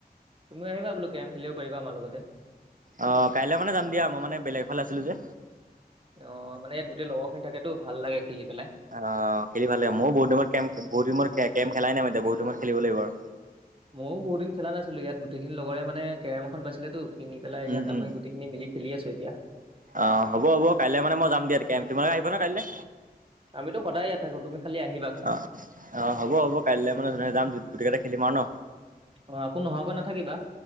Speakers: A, on the right; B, on the right.
A: তুমি আহিবা বোলো কেম খেলিব পাৰিবা আমাৰ লগতে
B: অ কাইলৈ মানে যাম দিয়া মই মানে বেলেগ এ ফালে আছিলো যে
A: অ মানে ইয়াত গোটেই লগৰ খিনি থাকেতো ভাল লাগে খেলি পেলাই
B: অ খেলি ভালাগ হয় ময় বহুতিনত কেম বহুত দিনত কেম খেলাই নাই এতিয়া বুত দিনত খেলিব লাগিব আৰু
A: ময়ো বহুত দিন খেলা নাছিলো ইয়াত গোটেইখিনি লগৰে মানে কেৰম এখন পাইছিলেেতো কিনি পেলাই ইয়াত
B: উম, উম,
A: আম গোটেইখিনি মিলি খেলি আছো এতিয়া
B: অ হ'ব হ'ব কাই মানেই য দিয়া এতি তমালে আহিব ন কাইলৈ
A: আমিতো সদায়য়াত থাকো তুমি খি আহি
B: অ অ হ'ব হব কাইলৈ মানে যো যাম গোটেই কেইটা খেলিম আৰু ন
A: অ আকৌ নহোৱাকৈ নাথাকিবা